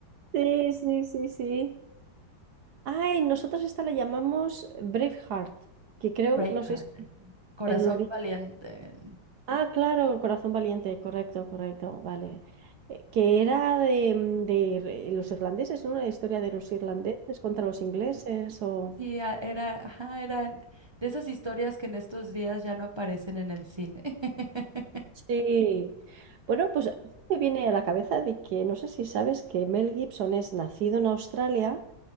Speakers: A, on the right (about 70°); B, on the right (about 25°).
A: Sí, sí, sí, sí. Ay, nosotros esta la llamamos Braveheart, que creo,
B: Braveheart,
A: no sé, si-
B: Corazón
A: el origen.
B: Valiente.
A: Ah, claro, Corazón Valiente, correcto, correcto, vale. Eh, Que era de, mm, de ir- eh, los irlandeses, ¿no? Una historia de los irlandeses contra los ingleses o...
B: Sí, a- era, ajá, eran de esas historias que en estos días ya no aparecen en el cine. <laughs>
A: Sí. Bueno, pues a mí me viene a la cabeza de que no sé si sabes que Mel Gibson es nacido en Australia,